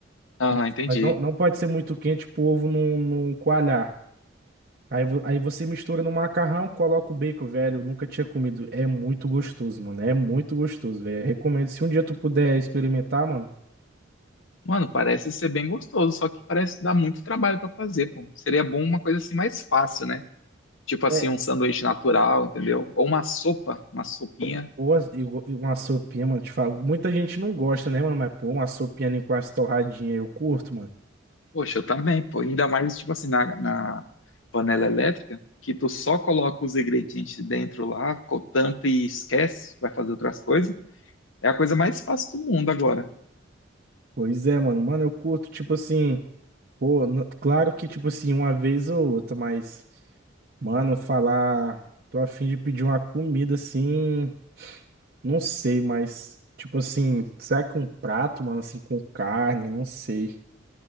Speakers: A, on the left; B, on the right.
A: Aham,
B: Mas,
A: entendi.
B: mas não, não pode ser muito quente pro ovo não, não coalhar. Aí, vo- aí você mistura no macarrão, coloca o bacon, velho. eu Nunca tinha comido. É muito gostoso, mano. É muito gostoso, velho. Eu Recomendo. Se um dia tu puder experimentar, mano.
A: Mano, parece ser bem gostoso, só que parece dar muito trabalho para fazer, pô. Seria bom uma coisa assim mais fácil, né? Tipo assim,
B: É.
A: um sanduíche natural, entendeu? Ou uma sopa, uma sopinha.
B: Ou as- e go- e uma sopinha, mano. Te falo. Muita gente não gosta, né, mano? Mas, pô, uma sopinha ali com as torradinhas, eu curto, mano.
A: Poxa, eu também, pô. Ainda mais, tipo assim, na, na panela elétrica, que tu só coloca os ingredientes dentro lá, co- tampa e esquece, vai fazer outras coisas. É a coisa mais fácil do mundo agora.
B: Pois é, mano. Mano, eu curto, tipo assim. Pô, n- claro que, tipo assim, uma vez ou outra, mas. Mano, falar. Tô a fim de pedir uma comida assim. Não sei, mas, tipo assim, será que um prato, mano, assim, com carne? Não sei.